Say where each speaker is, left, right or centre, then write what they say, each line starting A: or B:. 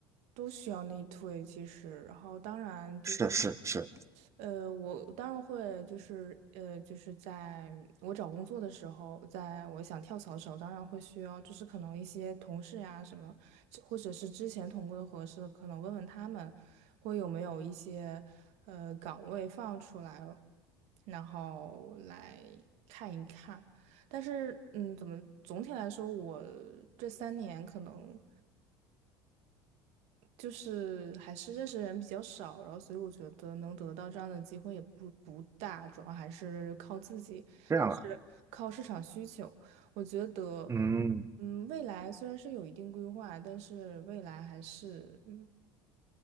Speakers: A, on the right; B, on the right.
A: 都需要内推，其实。然后当然就是。
B: 是是是，
A: 呃，我当然会，就是呃，就是在我找工作的时候，在我想跳槽的时候，当然会需要，就是可能一些同事呀、什么，这或者是之前同过的合适，可能问问他们，会有没有一些呃岗位放出来，然后来看一看。但是，嗯，怎么总体来说，我这三年可能。就是还是认识的人比较少，然后所以我觉得能得到这样的机会也不不大，主要还是靠自己，
B: 这样啊，
A: 还是靠市场需求。我觉得，
B: 嗯，
A: 嗯，未来虽然是有一定规划，但是未来还是，嗯，